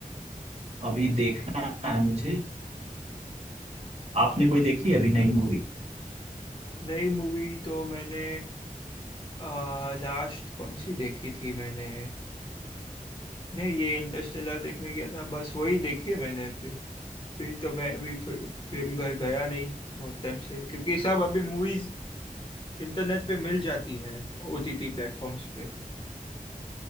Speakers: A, on the right; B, on the left.
A: अभी देखना है मुझे आपने कोई देखी है अभी नई मूवी
B: नई मूवी तो मैंने आ, लास्ट कौन सी देखी थी मैंने नहीं ये इंटरस्टेलर देखने गया था बस वही देखी है मैंने फिर फिर तो मैं अभी फिर, फिल्म घर गया नहीं बहुत टाइम से क्योंकि सब अभी मूवीज इंटरनेट पे मिल जाती है ओटीटी प्लेटफॉर्म्स पे